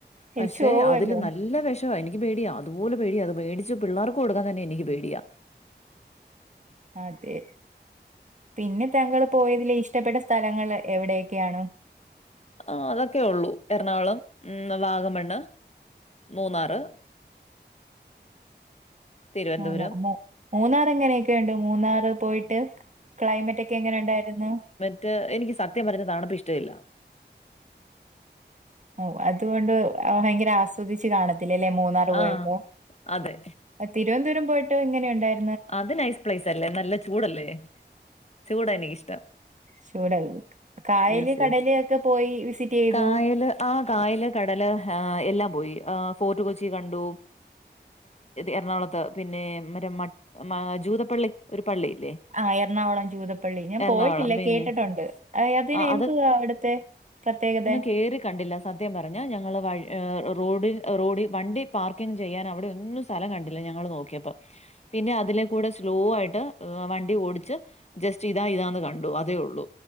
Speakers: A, on the right; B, on the left.
A: കഴിച്ച്
B: പക്ഷെ
A: പോകുവല്ലോ
B: അതില് നല്ല വിഷവാ എനിക്ക് പേടിയ അതുപോലെ പേടിയാ അത് മേടിച്ച് പിള്ളേർക്ക് കൊടുക്കാൻ തന്നെ എനിക്ക്‌ പേടിയാ
A: അതെ പിന്നെ താങ്കൾ പോയതിൽ ഇഷ്ടപ്പെട്ട സ്ഥലങ്ങൾ എവിടെ ഒക്കെയാണ്
B: ആഹ് അതൊക്കെ ഉള്ളൂ എറണാകുളം ഉം വാഗമണ്ണ് മൂന്നാറ് തിരുവനന്തപുരം.
A: മൂന്നാർ മു മൂന്നാർ എങ്ങനെയൊക്കെ ഉണ്ട് മൂന്നാറ് പോയിട്ട് ക്ലൈമറ്റ് ഒക്കെ എങ്ങനെ ഉണ്ടായിരുന്നു
B: റ്റ് എനിക്ക് സത്യം പറഞ്ഞാ തണുപ്പ് ഇഷ്ടവില്ല
A: ഓ അതുകൊണ്ട് ഭയങ്കര ആസ്വദിച്ചു കാണത്തില്ല അല്ലേ മൂന്നാറ് പോയപ്പോ
B: ആഹ് അതെ.
A: അ തിരുവന്തപുരം പോയിട്ട് എങ്ങനെ ഉണ്ടായി
B: അത് നൈസ് പ്ലൈസ് അല്ലേ നല്ല ചൂടല്ലേ ചൂടാ എനിക്കിഷ്ടം
A: ചൂടായി നിക്ക് കായല്
B: യെസ്
A: കടല്
B: യെസ്.
A: ഒക്കെ പോയി വിസിറ്റ് ചെയ്തോ
B: കായല് ആഹ് കായല് കടല് എല്ലാം പോയി ആഹ് ഫോർട്ട് കൊച്ചി കണ്ടു എറണാകുളത്ത് പിന്നെ മറ്റ മ ജൂതപ്പള്ളി ഒരു പള്ളിയില്ലേ
A: ആഹ് എറണാകുളം ജൂതപ്പള്ളി ഞാൻ
B: എറണാകുളം
A: പോയിട്ടില്ല
B: പിന്നെ
A: കേട്ടിട്ടുണ്ട് അതിന്
B: ആഹ്
A: എന്തുവാ അവിടുത്തെ പ്രത്യേകതെ
B: പേര് കണ്ടില്ല സ ത്യം പറഞ്ഞ ഞങ്ങൾ വഴ് ഏഹ് റോഡ് റോഡ് വണ്ടി പാർക്കിംഗ് ചെയ്യാൻ അവിടെ ഒന്നും സ്ഥലം കണ്ടില്ല ഞങ്ങള് നോക്കിയപ്പോ പിന്നെ അതില കൂടെ സ്ലോ ആയിട്ട് വണ്ടി ഓടിച്ച് ജസ്റ്റ് ഇതാ ഇതാന്ന് കണ്ടു അതേ ഉള്ളൂ